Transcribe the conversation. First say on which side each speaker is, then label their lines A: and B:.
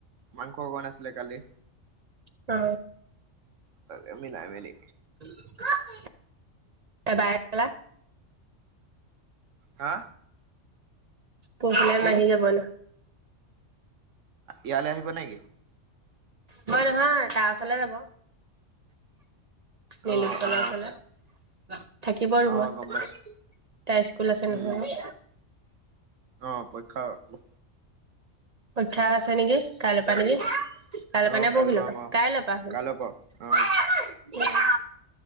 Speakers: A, on the right; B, on the right.
A: মাংস অকণ আছিলে কালি
B: অ!
A: তাকে মিলাই মিলি
B: <inaudible> <unintelligible>
A: হা!
B: পৰহিলৈ
A: কি
B: মাহী যাব ন
A: ইয়ালৈ আহিব নেকি?
B: মই, নহয় তাৰ ওচৰলে যাব নিলোৎপলৰ
A: অ অ
B: ওচৰলে, <inaudible> থাকিব ৰুমত
A: অ গম পাইছো
B: তাই স্কুল আছে
A: উম
B: নহয়।
A: অ পৰীক্ষাৰ,
B: পৰীক্ষা আছে নেকি কাইলৈৰ পৰা নেকি কাইলৈৰ
A: অ
B: পৰা নে
A: কাইলৈ
B: পৰহি পৰা
A: আমাৰ
B: কাইলৈ পৰা
A: কাইলৈ অ
B: উম!